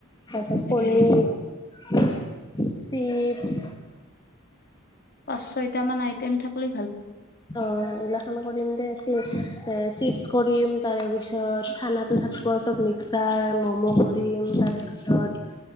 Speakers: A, on the left; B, on the left.
A: তাৰপিছত কণী
B: উম
A: চিপছ
B: পাঁচ, ছয়টা মান আইটেম থাকিলে
A: অ'! ওলা। <unintelligible> চিপছ কৰিম তাৰে পিছত চানাটো থাকিব, চব মিক্সাৰ, ম'ম' কৰিম। তাৰে পিছত,